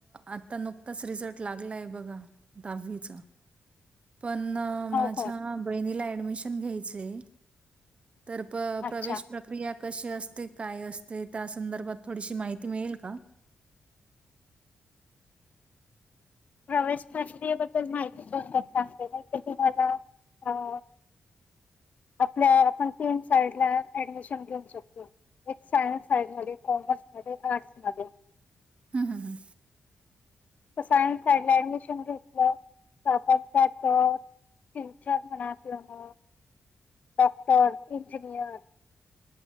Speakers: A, on the right (about 35°); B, on the left (about 45°).
A: आता नुकताच रिझल्ट लागलाय बघा दहावीचा, पन् माझं
B: हो हो
A: बहिणीला ऍडमिशन घायच आहे. तर
B: अच्छा
A: प्रवेश प्रकिया प्रकिया कशी असते? काय असते? त्या संदर्भात थोडीशी माहिती मिळेल का?
B: प्रवेशशास््रीयेबद्दल माहिती सतगते तर तुम्हाला अ आपल्या आपण तीन साईड ला ऍडमिशन घेऊन शकतो. एक सायन्स साईडमध्ये, कॉमर्स मध्ये, आर्टस मध्ये,
A: हं हं ह
B: सायन्सड ऍडमिशन घेतलं तर आपण त्या फ्युचर म्हना आपलं ना, डॉक्टर, इंजिनियर